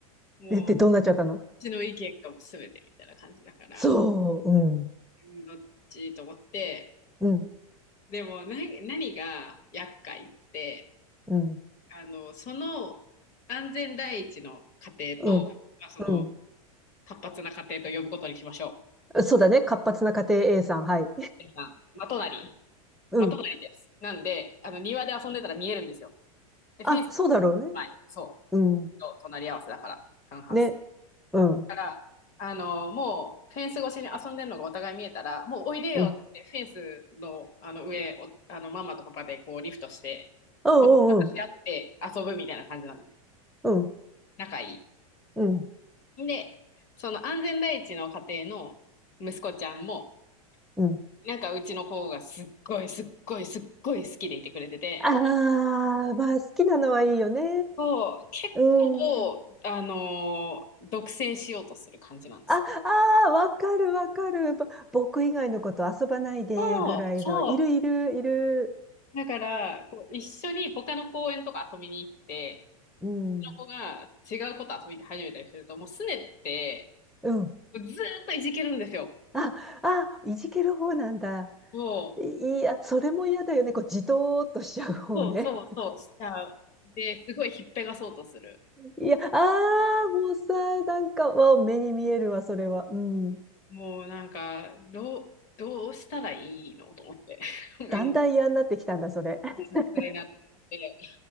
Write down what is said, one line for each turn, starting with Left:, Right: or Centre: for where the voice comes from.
Left: うもう
Centre: で、で、どうなっちゃったの
Left: ちの意見がもう全てみたいな感じだから、
Centre: そう、うん、
Left: うんどっちと思って、
Centre: うん、
Left: でもな何が厄介って、
Centre: うん、
Left: あの、その安全第一の家庭と、
Centre: うん、
Left: まあ、その
Centre: う
Left: 活発な家庭と呼ぶことにしましょ
Centre: ん。そうだね。活発な家庭 A さん、はい。
Left: う。皆さん、まとなり、
Centre: うん。
Left: まとなりです。なんで、あの庭で遊んでたら見えるんですよ。で、
Centre: あ、
Left: フェンス、
Centre: そうだろうね。
Left: はい、そ
Centre: うん。
Left: う、と隣り合わせだから、タウンハウス。
Centre: ね。うん、
Left: から、あの、もうフェンス越しに遊んでるのがお互い見えたら、もうおいでよってフェンスの、
Centre: うん。
Left: あの上を、あのママとパパでこうリフトして、
Centre: う
Left: こう話し合って遊ぶみたいな感じなんですよ。
Centre: ん、うん、うん、
Left: 仲い
Centre: うん、
Left: い。で、その安全第一の家庭の息子ちゃんも、
Centre: うん。
Left: なんかうちの子がすっごいすっごいすっごい好きでいてくれてて、
Centre: ああ、まあ、好きなのはいいよね。
Left: そう、結構、
Centre: うん。
Left: あのー独占しようとする感じなんですよ。
Centre: あ、ああ、わかるわかる。ぼ僕以外のこと遊ばないで、
Left: そう、
Centre: ぐらいの。
Left: そう。
Centre: いるいるいる。
Left: だから、こう一緒に他の公園とか遊びに行って、
Centre: うん。
Left: その子が違うこと遊び始めたりすると、もうすねって、
Centre: うん。
Left: ずーっといじけるんですよ。
Centre: あ、あ、いじける方なんだ。
Left: そう、
Centre: いや、それも嫌だよね。こう、じとーっとしちゃう方ね。
Left: そうそうそう、しちゃう。で、すごいひっぺがそうとする。
Centre: いや、あー、もうさ、なんか、わ、目に見えるわ、それは。うん。
Left: もうなんか、どう、どうしたらいいのと思って。<laughs> ごめんね
Centre: だんだん嫌になってきたんだ、それ。<laughs>
Left: ごさいなと思って。